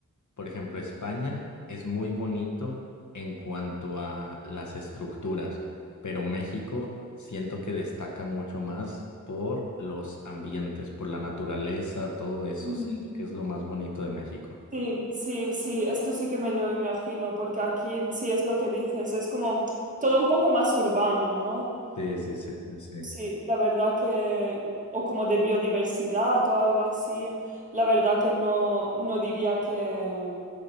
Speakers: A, on the left; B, on the right.
A: Por ejemplo, España es muy bonito en cuanto a las estructuras, pero México siento que destaca mucho más por los ambientes, por la naturaleza, todo eso.
B: Mm.
A: Siento que es lo más bonito de México.
B: Sí, sí, sí, esto sí que me lo imagino, porque aquí sí es lo que dices, es como todo un poco más urbano, ¿no?
A: Sí, sí, sí, sí, sí.
B: Sí, la verdad que, o como de biodiversidad o algo así, la verdad que no, no diría que,